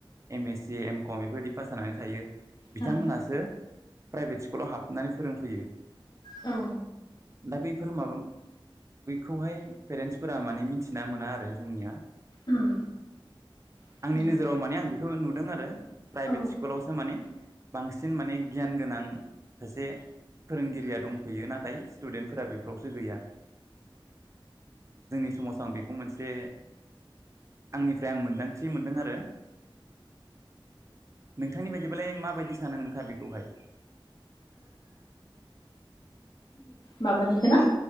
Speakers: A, on the right (about 35°); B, on the left (about 50°).
A: एमेस जे एम कम बेफोरबायदि पास जानानै थायो बिथांमोनासो
B: ओं
A: प्राइभेट स्कुलाव हाबनानै फोरों फैयो
B: औ
A: दा बैफोर माबा बैखौहाय पेरेन्टसफोरा माने मिथिना मोना आरो जोंनिया
B: उम उम
A: आंनि नोजोराव माने आं बेखौ नुदों आरो आरो प्राइभेट
B: औ
A: स्कुलावसो माने बांसिन माने गियान गोनां सासे फोरोंगिरिया दंफैयो नाथाय स्टुडेन्टफोरा बेफोरावसो गैया जोंनि समाजाव आं बेखौ मोनसे आंनिफ्राय आं मोनदांथि मोनदों आरो नोंथांनि बायदिबालाय माबायदि सानो नोंथाङा बेखौ खौहाय
B: माबानिखौ ना